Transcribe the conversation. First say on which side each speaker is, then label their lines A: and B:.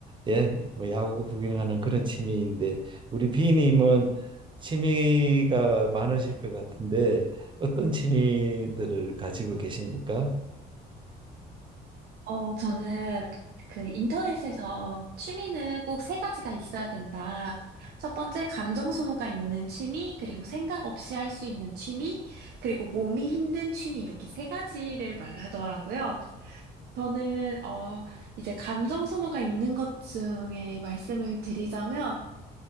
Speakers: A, on the right (about 30°); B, on the right (about 70°).
A: 예, 뭐 야구 구경하는 그런 취미인데 우리 비님은 취미가 많으실 것 같은데 어떤 취미들을 가지고 계십니까?
B: 어, 저는 그 인터넷에서 취미는 꼭 세 가지가 있어야 된다. 첫 번째, 감정 소모가 있는 취미, 그리고 생각 없이 할 수 있는 취미, 그리고 몸이 힘든 취미, 이렇게 세 가지를 말하더라고요. 저는, 어, 이제 감정 소모가 있는 것 중에 말씀을 드리자면,